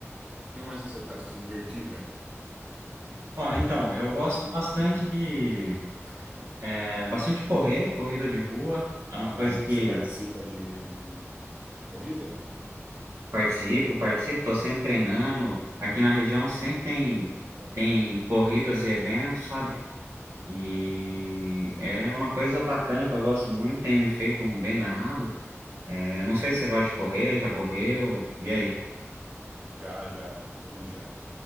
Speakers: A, on the right (about 25°); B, on the right (about 75°).
A: que mais que você faz pra se divertir, cara?
B: Ó, então, eu gosto bastante de é, bastante correr, corrida de rua. É uma
A: Ah,
B: coisa
A: e
B: que
A: você participa de, de corrida?
B: participo, participo, tô sempre treinando. Aqui na região sempre tem
A: Ah.
B: tem corridas e eventos, sabe? E é uma coisa bacana que eu gosto muito, tem me feito um bem danado. É, não sei se você gosta de correr, já correu, e aí?
A: Já, já, corri já.